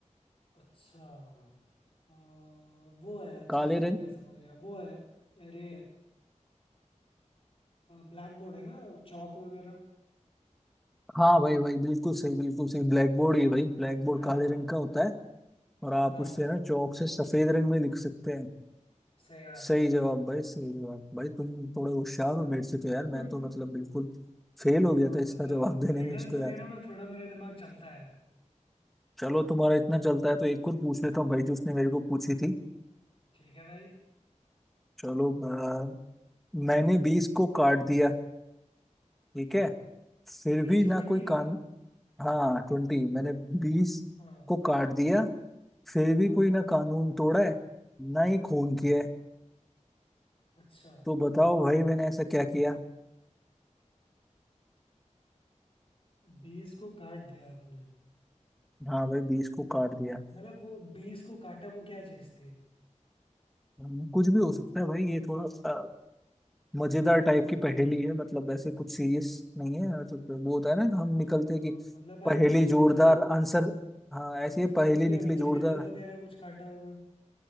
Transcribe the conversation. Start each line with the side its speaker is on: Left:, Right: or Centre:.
Left: अच्छा आ, वो है अच्छा
Centre: काले
Left: समझ
Centre: रंग
Left: गया समझ गया वो है अरे ब्लैक बोर्ड है ना चौक वगैरह
Centre: हाँ भाई भाई बिल्कुल सही बिल्कुल सही ब्लैक बोर्ड ये भाई ब्लैक बोर्ड
Left: हाँ
Centre: काले रंग का होता है और आप
Left: हाँ
Centre: उससे
Left: हाँ
Centre: ना
Left: हाँ
Centre: चौक से सफेद रंग में लिख सकते हैं
Left: सही बात
Centre: सही
Left: है भाई।
Centre: जवाब भाई सही जवाब भाई तुम थोड़े होशियार हो मेरे से तो यार
Left: <laughs>
Centre: मैं तो मतलब बिल्कुल फेल हो गया
Left: हाँ
Centre: था
Left: मतलब
Centre: इसका जवाब देने
Left: रिडल्स
Centre: में उसको
Left: वगैरह
Centre: यार
Left: में थोड़ा मेरा दिमाग चलता है
Centre: चलो तुम्हारा इतना चलता है तो एक और पूछ लेता हूँ भाई जो उसने मेरे को पूछी थी
Left: ठीक है भाई
Centre: चलो अ, मैंने बीस को काट दिया ठीक है फिर
Left: बीस
Centre: भी ना
Left: ट्वेंटी
Centre: कोई कान हाँ ट्वेंटी मैंने बीस
Left: हाँ
Centre: को काट दिया फिर
Left: हाँ
Centre: भी
Left: हाँ
Centre: कोई ना कानून तोड़ा है ना ही खून किया है
Left: अच्छा
Centre: तो बताओ भाई मैंने ऐसा क्या किया
Left: बीस को काट दिया आपने
Centre: हाँ भाई बीस को काट दिया
Left: मतलब वो बीस को काटा वो क्या चीज थी
Centre: हम्म, कुछ भी हो सकता है भाई ये थोड़ा अ, मजेदार टाइप की पहेली है मतलब ऐसे कुछ सीरियस नहीं है तो वो होता है ना कि हम
Left: अरे
Centre: निकलते हैं
Left: तो
Centre: कि
Left: मतलब भाई
Centre: पहेली
Left: कुछ
Centre: जोरदार
Left: फ्रू
Centre: आंसर हाँ ऐसी है
Left: फ्रूट
Centre: पहेली निकली
Left: या वेजिटेबल
Centre: जोरदार
Left: वगैरह कुछ काटा होगा